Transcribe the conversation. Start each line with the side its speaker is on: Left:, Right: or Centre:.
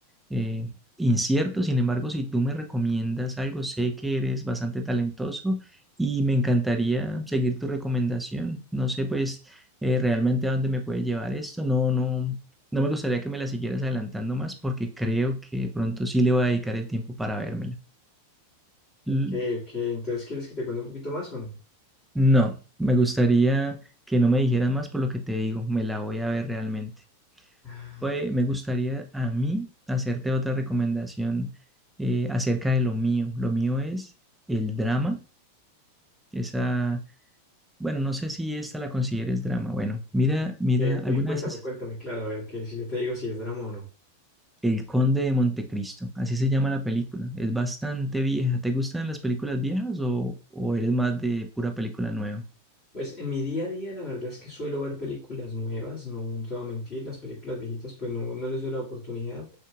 Centre: eh, incierto. Sin embargo, si tú me recomiendas algo, sé que eres bastante talentoso y me encantaría seguir tu recomendación. No sé, pues, eh, realmente a dónde me puede llevar esto. No, no, no me gustaría que me la siguieras adelantando más porque creo que pronto sí le voy a dedicar el tiempo para vérmela.
Left: Ok,
Centre: L-
Left: ok, entonces ¿quieres que te cuente un poquito más o no?
Centre: No, me gustaría que no me dijeras más por lo que te digo. Me la voy a ver realmente.
Left: Ah,
Centre: Pues
Left: ok,
Centre: me gustaría a mí hacerte otra recomendación eh, acerca de lo mío. Lo mío es el drama. Esa, bueno, no sé si esta la consideres drama. Bueno, mira, mira,
Left: ok,
Centre: alguna
Left: cuéntame,
Centre: vez es
Left: cuéntame, claro, a ver, que si yo te digo si es drama o no.
Centre: El Conde de Montecristo, así se llama la película. Es bastante vieja. ¿Te gustan las películas viejas o, o eres más de pura película nueva?
Left: Pues en mi día a día la verdad es que suelo ver películas nuevas, no, no te voy a mentir, las películas viejitas pues no, no les doy la oportunidad.